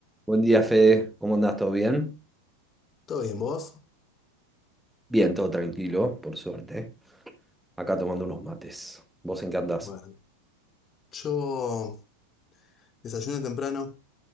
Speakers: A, in the centre; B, on the left.
A: Buen día, Fede. ¿Cómo andás? ¿Todo bien?
B: ¿Todo bien, vos?
A: Bien, todo tranquilo, por suerte. Acá tomando unos mates. ¿Vos en qué andás?
B: Bueno, yo desayuno temprano,